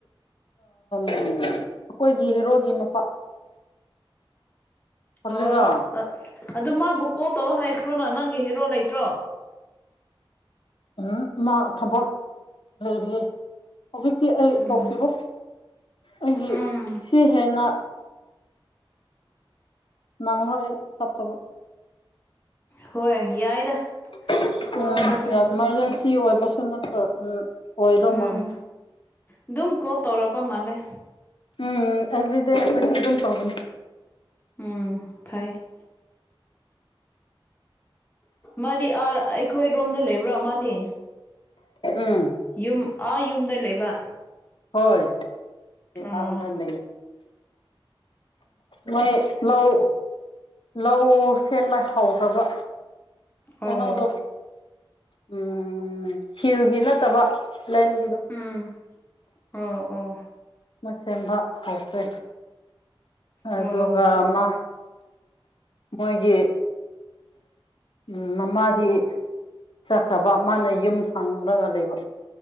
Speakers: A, on the left; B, on the left.
A: ꯑꯩꯈꯣꯏꯒꯤ ꯍꯦꯔꯣꯒꯤ ꯃꯄꯥ ꯄꯜꯂꯤꯗꯣ
B: ꯑꯣ ꯑ ꯑꯗꯨ ꯃꯥꯕꯨ ꯀꯣꯜ ꯇꯧ ꯍꯥꯏꯈ꯭ꯔꯣꯅ ꯅꯪꯒꯤ ꯍꯦꯔꯣ ꯂꯩꯇ꯭ꯔꯣ
A: ꯎꯝ ꯃꯥ ꯊꯕꯜ ꯂꯩꯔꯤꯌꯦ ꯍꯧꯖꯤꯛꯇꯤ ꯑꯩ
B: ꯎꯝ
A: ꯇꯧꯁꯤꯔꯣ ꯑꯩꯒꯤ
B: ꯎꯝ
A: ꯁꯤ ꯍꯦꯟꯅ ꯅꯪꯅꯣ ꯆꯞꯠꯇꯕ
B: ꯍꯣꯏ ꯌꯥꯏꯗ
A: <unintelligible>
B: ꯀꯣꯜ
A: ꯎꯝ
B: ꯃꯥꯗꯤ
A: ꯌꯥꯝ ꯏꯃꯥꯔꯖꯦꯟꯁꯤ ꯑꯣꯏꯕꯁꯨ ꯅꯠꯇ꯭ꯔꯣ ꯑꯣꯏꯗꯧ
B: ꯎꯝ
A: ꯃꯥꯥꯟꯜꯂꯤꯦ
B: ꯑꯗꯨꯝ ꯀꯣ ꯇꯧꯔꯛꯄ ꯃꯥꯜꯂꯦ
A: ꯎꯝ ꯑꯦꯕ꯭ꯔꯤꯗꯦ ꯑꯦꯕꯔꯤꯦ ꯑꯗꯨꯝ ꯄꯥꯎꯅꯤ
B: ꯎꯝ ꯐꯩ ꯃꯥꯗꯤ ꯑꯥꯔ ꯑꯩꯈꯣꯏ ꯔꯣꯝꯗ ꯂꯩꯕ꯭ꯔꯥ ꯃꯥꯗꯤ
A: ꯎꯝ
B: ꯌꯨꯝ ꯑꯥ ꯌꯨꯝꯗ ꯂꯩꯕ
A: ꯍꯣꯏ
B: ꯑꯣ
A: ꯑꯗꯔ ꯂꯩꯦ ꯃꯣꯏ ꯂꯧ ꯂꯧ ꯁꯦꯝꯅ ꯍꯧꯈ꯭ꯔꯕ ꯀꯩꯅꯣꯗꯣ
B: ꯑꯣ
A: ꯎꯝ ꯍꯤꯜꯒꯤ ꯅꯠꯇꯕ ꯂꯦꯟꯕꯤꯗ
B: ꯎꯝ ꯑꯣ ꯑꯣ
A: ꯃꯁꯝꯕ ꯑꯣꯄꯦ ꯑꯗꯨꯒ
B: ꯑꯣ
A: ꯑꯃ ꯃꯣꯏꯒꯤ ꯎꯝ ꯃꯃꯥꯗꯤ ꯆꯠꯈ꯭ꯔꯕ ꯃꯥꯅ ꯌꯨꯝ ꯁꯪꯔꯒ ꯂꯩꯕ